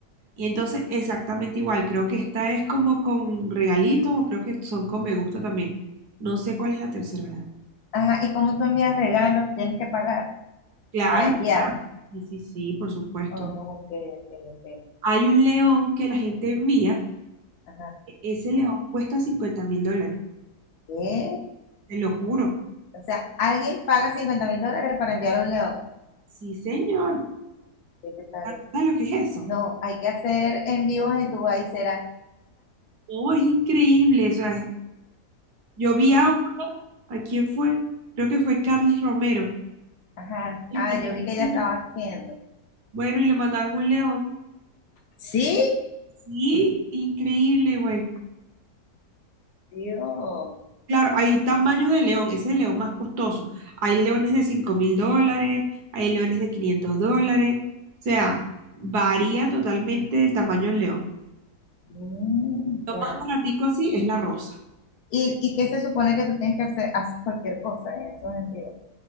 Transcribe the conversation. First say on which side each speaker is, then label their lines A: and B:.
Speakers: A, on the right; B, on the left.
A: Y entonces exactamente igual, creo que esta es como con regalitos o creo que son con me gusta también. No sé cuál es la tercera, la verdad.
B: Ajá, y como tú envías regalos, tienes que pagar
A: Claro,
B: para enviar.
A: sí, sí, sí, por supuesto.
B: Oh, ok, ok, ok.
A: Hay un león que la gente envía,
B: Ajá,
A: e-, ese león cuesta cincuenta mil dólares.
B: ¿qué?
A: te lo juro.
B: O sea, alguien paga cincuenta mil dólares para enviar un león.
A: Sí, señor.
B: ¿Qué te parece?
A: ¿Sabes lo que es eso?
B: No, hay que hacer en vivos en Dubái, será.
A: Oh, es increíble. o sea, es- yo vi a, ¿a quién fue? Creo que fue Carlos Romero.
B: Ajá,
A: Y
B: ah,
A: mandaron
B: yo vi que ya
A: un león.
B: estaba haciendo.
A: Bueno, y le mandaron un león.
B: ¿Sí?
A: Sí, increíble, güey.
B: Dios,
A: Claro, hay tamaños de león. Ese es el león más costoso. Hay leones de cinco mil dólares, hay leones de 500 dólares. O sea, varía totalmente el tamaño del león.
B: Mm,
A: Lo
B: ya.
A: más baratico así es la rosa.
B: ¿Y, y qué se supone que tú tienes que hacer? Haces cualquier cosa en esos en vivo.